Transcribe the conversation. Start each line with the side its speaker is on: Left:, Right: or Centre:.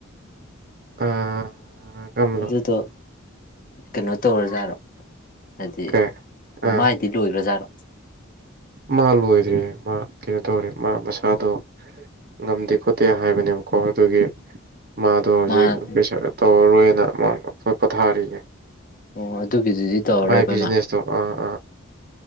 Right: ꯑꯥ ꯀꯔꯝꯕꯅꯣ
Left: ꯑꯗꯨꯗꯣ ꯀꯩꯅꯣ ꯇꯧꯔꯖꯥꯠꯂꯣ ꯍꯥꯏꯗꯤ
Right: ꯀꯩ ꯑꯥ
Left: ꯃꯥꯗꯤ ꯂꯣꯏꯈ꯭ꯔꯥꯖꯥꯠꯂꯣ
Right: ꯃꯥ ꯂꯣꯏꯗ꯭ꯔꯦ ꯃꯥ ꯀꯩꯅꯣ ꯇꯧꯔꯦ ꯃꯥ ꯃꯁꯥꯗꯣ ꯉꯝꯗꯦ ꯍꯥꯏꯕꯅꯦꯕꯀꯣ ꯑꯗꯨꯒꯤ ꯃꯥꯗꯣ ꯍꯧꯖꯤꯛ
Left: ꯃꯥ
Right: ꯄꯩꯁꯥ ꯇꯧꯔꯔꯣꯏꯅ ꯃꯥꯣꯏ ꯄꯣꯊꯥꯔꯤꯌꯦꯦ
Left: ꯑꯣ ꯑꯗꯨꯒꯤꯗꯨꯗꯤ ꯇꯧꯔꯔꯣꯏꯕ
Right: ꯃꯥꯏ ꯕꯤꯖꯤꯅꯦꯁꯇꯣ
Left: ꯃꯥ
Right: ꯑꯥ